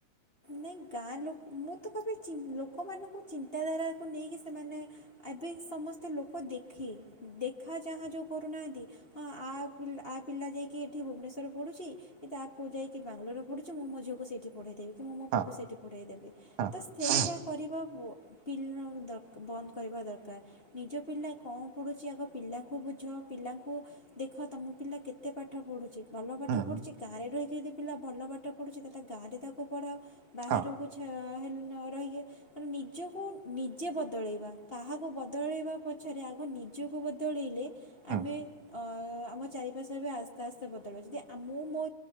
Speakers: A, on the left; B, on the right.
A: ନାଇଁ ଗାଁ ଲୋକ ମୁଁ ତ ଭାବିଚି ଲୋକମାନଙ୍କୁ ଚିନ୍ତାଧାରାକୁ ନେଇକି ସେମାନେ ଆବେ ସମସ୍ତେ ଲୋକ ଦେଖି ଦେଖା ଚାହାଁ ଯୋଉ କରୁନାହାନ୍ତି ହଁ ଆ ଉପରୁ ଆ ପିଲା ଯାଇକି ଏଠି ଭୁବନେଶ୍ୱର ପଢୁଛି କି ତା ପୁଅ ଯାଇକି ବାଙ୍ଗଲୋର ପଢୁଛି ମୁଁ ମୋ ଝିଅକୁ ସେଠି ପଢେଇ ଦେବି। କି ମୁଁ ମୋ ପୁଅକୁ
B: ହଁ
A: ସେଇଠି ପଢ଼ାଇ ଦେବି।
B: ହଁ
A: ତ ସେଇଟା
B: ହୁଁ
A: କରିବା ବୁ ପିଲ ଦକ ବନ୍ଦ କରିବା ଦରକାର। ନିଜ ପିଲା କଣ ପଢ଼ୁଛି ଆଗ ପିଲାଙ୍କୁ ବୁଝ ପିଲାଙ୍କୁ ଦେଖ ତମ ପିଲା କେତେ ପାଠ ପଢୁଚି। ଭଲ ପାଠ
B: ହୁଁ
A: ପଢ଼ୁଚି ଗାଁରେ ରହିକି ଯଦି ପିଲା ଭଲ ପାଠ ପଢ଼ୁଚି ତାହେଲେ ଗାଁରେ ତାକୁ ପଢ଼ାଅ। ବାହାରକୁ
B: ହଁ
A: ଛା ହେ ନରହିଏ ମାନେ ନିଜକୁ ନିଜେ ବଦଳେଇବା କାହାକୁ ବଦଳେଇବା ପଛରେ ଆଗ ନିଜକୁ ବଦଳେଇଲେ
B: ହୁଁ
A: ଆମେ ଅ ଆମ ଚାରି ପାଶ୍ୱରେ ବି ଆସ୍ତେ ଆସ୍ତେ ବଦଳିବ ଯଦି ଆ ମୁଁ ମୋ